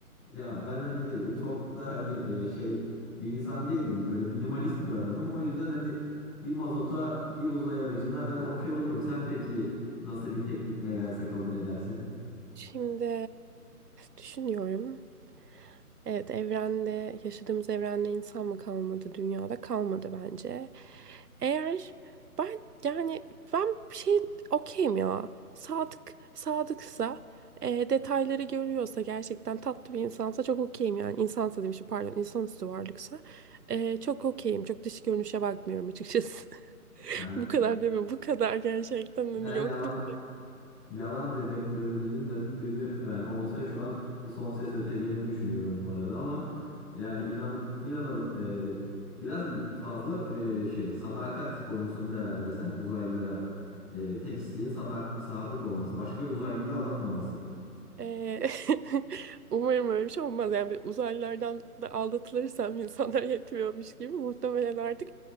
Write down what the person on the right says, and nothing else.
Şimdi düşünüyorum. Evet evrende yaşadığımız evrende insan mı kalmadı dünyada? Kalmadı bence. Eğer ben yani ben bir şey okeyim ya. Sadık sadıksa e, detayları görüyorsa gerçekten tatlı bir insansa çok okeyim yani. İnsansa demişim pardon insanüstü varlıksa e, çok okeyim. Çok dış görünüşe bakmıyorum açıkçası.
Bu kadar deme, bu kadar gerçekten
hani
yokluk.
Ee, <laughs> umarım öyle bir şey olmaz. Yani bir uzaylılardan da aldatılırsam insanlar <laughs> yetmiyormuş gibi muhtemelen artık